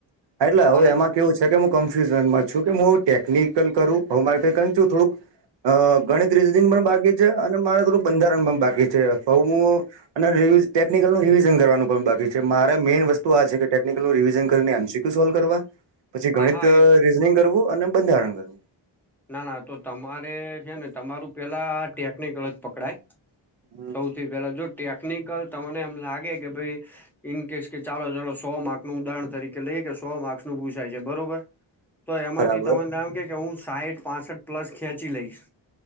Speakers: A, on the right; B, in the centre.
A: એટલે
B: અને
A: હું એમાં કેવું છે કે હું કન્ફ્યુઝન માં છું કે હું ટેકનિકલ કરું <unintelligible> કું થોડુંક. અહ ગણિત્રીજ રીઝનિંગ પણ બાકી છે અને મારે થોડુંક બંધારણ પણ બાકી છે અથવા હું અને રિવી ટેકનિકલ નું રિવિઝન કરવાનું પણ બાકી છે. મારે મેઈન વસ્તુ આ છે કે ટેકનિકલનું રિવિઝન કરી એમ સી ક્યૂ સોલ્વ કરવા પછી ગણિત
B: હા હા એ
A: રીઝનિંગ કરવું અને બંધારણ કરવું.
B: ના ના તો તમારે છે ને તમારું પેલા ટેકનિકલ જ પકડાય.
A: હમ
B: સૌથી પેલા જો ટેકનિકલ તમને એમ લાગે કે ભાઈ ઇન કેસ કે ચાલો ચાલો સો માર્કસનું ઉદાહર તરીકે લઈએ કે સો માર્ક નું પૂસાય છે બરોબર. તો એમાંથી
A: બરાબર
B: તમનેમ કે કે હું સાહીઠ પાસઠ પ્લસ ખેંચી લઈશ.